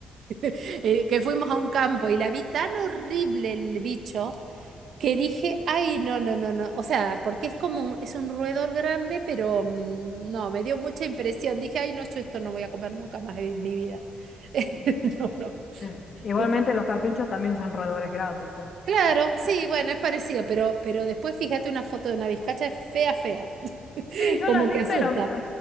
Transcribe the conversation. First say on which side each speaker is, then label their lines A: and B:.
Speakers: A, on the right; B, on the left.
A: <laughs> eh, que fuimos a un campo y la vi tan horrible el bicho que dije, ay, no, no, no, no. O sea, porque es como un, es un roedor grande, pero mm, no, me dio mucha impresión. Dije, ay, no, yo esto no voy a comer nunca más en mi vida. <laughs> No, no.
B: <laughs> Igualmente
A: esa-
B: los carpinchos también son roedores grandes, eh.
A: Claro, sí, bueno, es parecido, pero, pero después fíjate una foto de una vizcacha, es fea, fea, <laughs>
B: Sí, yo
A: como
B: las vi,
A: que asusta.
B: pero a,